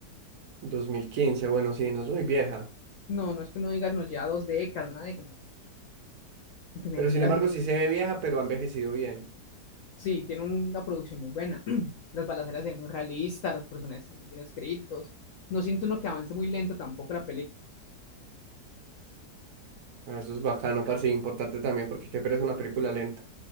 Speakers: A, on the right; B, on the left.
A: dos mil quince bueno, sí, no es muy vieja.
B: No, no es que no digas, nos lleva dos décadas, una década. No. Qué mentira,
A: Pero sin embargo
B: sí,
A: sí se ve vieja, pero ha envejecido bien.
B: sí, tiene una producción muy buena. <clears throat> Las balaceras se ven muy realistas, los personajes están muy bien escritos. No siento uno que avance muy lento tampoco la película.
A: Ah, Eso es bacano, parce, y importante también, porque qué pereza una película lenta.